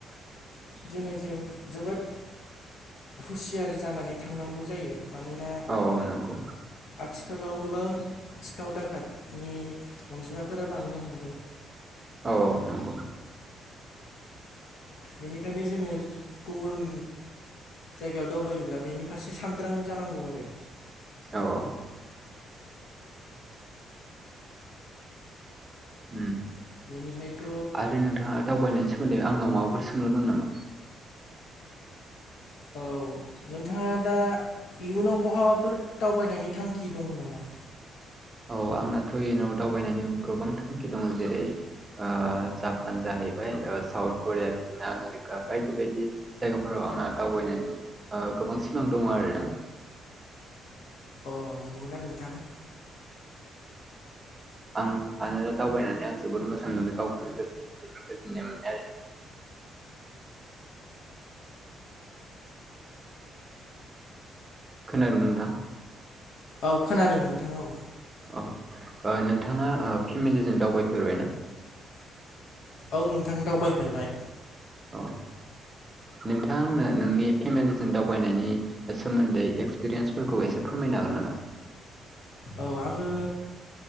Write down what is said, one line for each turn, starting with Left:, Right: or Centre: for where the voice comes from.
Left: जोङो जों जोबोद हुसियार जानानै थांनांगौ जायो। मानोना
Right: औ औ नंगौ
Left: आथिखालाव गोबां सिखाव दाखाद नि अनजिमाफोरा बांनो हमदों।
Right: औ औ नंगौ।
Left: बेनिखायनो जोङो गुबुन जायगायाव दावबायोब्ला बेनि फारसे सांग्रां जानांगौ आरो।
Right: औ औ उम
Left: बेनिफ्रायथ'
Right: आरो नोंथाङा दावबायनायनि सोमोन्दै आंनाव माबाफोर सोंनो दं नामा?
Left: औ नोंथाङा दा इयुनाव बहाबाफोर दावबायनायनि थांखि दङ नामा?
Right: औ आंनाथ' इयुनाव दावबायनायनि गोबां थांखि दङ। जेरै ओ जापान जाहैबाय साउथ करिया बिदिनो आमेरिका बायदि बायदि जायगाफोराव आंना दावबायनायनि ओ गोबां सिमां दङो आरोना।
Left: अ नंगौना नोंथां?
Right: आं मानोना दावबायनानै आं जोबोर मोजां मोनो गावखौनो गोसोखौ जोबोर गोजोननाय मोनो आरो। खोनादों ना नोंथां?
Left: औ खोनादों नोंथां औ।
Right: औ ओ नोंथाङा ओ फेमिलिजों दावबायफेरबायना?
Left: औ नोंथां दावबायफेरबाय।
Right: औ नोंथां आंनो नोंनि फेमिलिजों दावबायनायनि सोमोन्दै एक्सपिरियेन्सफोरखौ एसे फोरमायनो हागोन नामा?
Left: औ आङो।